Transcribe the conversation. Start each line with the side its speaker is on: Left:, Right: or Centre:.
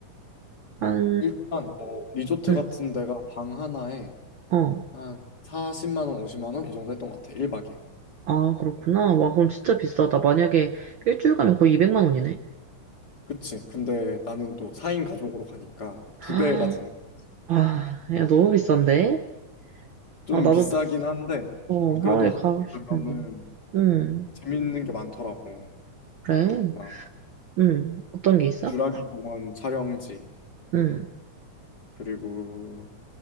Right: 한,
Left: 일단 뭐 리조트
Right: 응.
Left: 같은 데가 방 하나에
Right: 어.
Left: 한 40만 원, 50만 원 이 정도 했던 것 같아. 1박에.
Right: 아, 그렇구나. 와, 그럼 진짜 비싸다. 만약에 일주일 가면 거의 200만 원이네.
Left: 그치. 근데 나는 또 4인 가족으로 가니까
Right: 아,
Left: 두 배가 드는 거야.
Right: 아, 야, 너무 비싼데?
Left: 좀
Right: 아, 나도,
Left: 비싸긴 한데
Right: 어,
Left: 그래도
Right: 하와이
Left: 하루
Right: 가고 싶은데.
Left: 그러면은
Right: 응.
Left: 재밌는 게 많더라고.
Right: 그래.
Left: 막
Right: 응. 어떤 게 있어?
Left: 주라기 공원 촬영지
Right: 응,
Left: 그리고